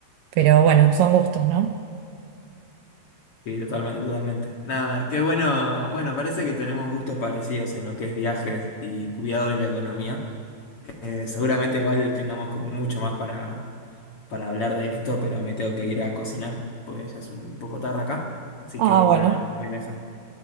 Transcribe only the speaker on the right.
Pero bueno, son gustos, ¿no?
Ah,
bueno.